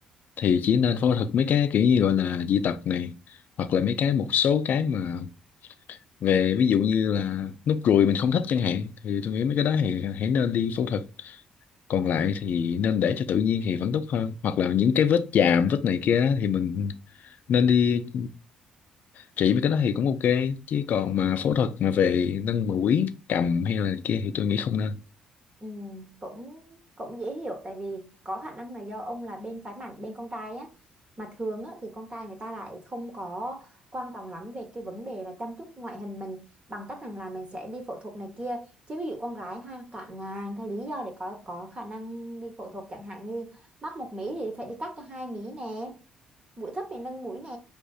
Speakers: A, on the left (about 60°); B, on the right (about 35°).
A: thì chỉ nên phẫu thuật mấy cái kiểu như gọi là dị tật này hoặc là mấy cái một số cái mà về ví dụ như là nút ruồi mình không thích chẳng hạn thì tôi nghĩ mấy cái đó thì hãy nên đi phẫu thuật còn lại thì nên để cho tự nhiên thì vẫn tốt hơn hoặc là những cái vết chàm vết này kia á, thì mình nên đi trị mấy cái đó thì cũng ok chứ còn mà phẫu thuật mà về nâng mũi cầm hay là kia thì tôi nghĩ không nên
B: Ừ, cũng cũng dễ hiểu tại vì có khả năng là do ông là bên phái bản bên con trai á mà thường á, thì con trai người ta lại không có quan trọng lắm về cái vấn đề là chăm chút ngoại hình mình bằng cách rằng là mình sẽ đi phẫu thuật này kia chứ ví dụ con gái ha cạn ngàn cái lý do để có có khả năng đi phẫu thuật chẳng hạn như mắt một mí thì phải đi cắt cho hai mí nè mũi thấp thì nâng mũi nè